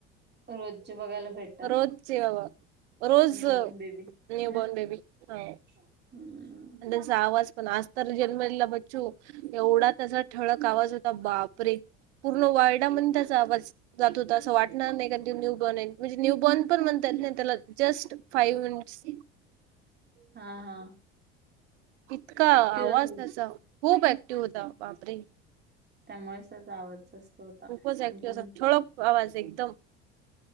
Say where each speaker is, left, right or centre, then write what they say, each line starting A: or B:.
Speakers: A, on the right; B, on the right.
A: रोजचे बघायला भेटतात.
B: रोजचे बाबा रोज
A: न्यू बोर्न बेबी
B: न्यू
A: ना
B: बॉर्न बेबी हो.
A: हम्.
B: आणि त्यांचा आवाज पण असतर जन्मला ब्चू एवढा तसा ठळक आवाज होता बापरे. पूर्ण वर्डामध्येण त्याचा आवाज जात होता असं वाटणार नाही का ते न्यू बनन. म्हणजे न्यू बॉर्न पण म्हणतात ना त्याला जस्ट फाईव्ह मिनिट्स
A: हा हा.
B: इतका आवाज
A: ऍक्टिव्ह असेल
B: त्याचा खूप ऍक्टिव्ह होता बापरे.
A: त्यामुळेच त्याचा आवाज जास्त होता
B: खूपच ऍक्टिव्ह
A: तु.
B: असा ठळक आवाज एकदम.